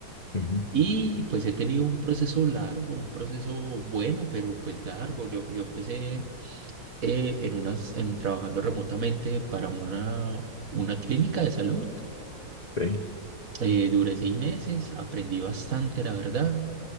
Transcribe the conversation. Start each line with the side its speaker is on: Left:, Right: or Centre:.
Left: <laughs> Ujú,
Right: y pues he tenido un proceso largo, un proceso bueno, pero pues largo. Yo, yo empecé eh, en unas, en trabajando remotamente para una, una clínica de salud.
Left: Ok.
Right: Eh, duré seis meses, aprendí bastante, la verdad,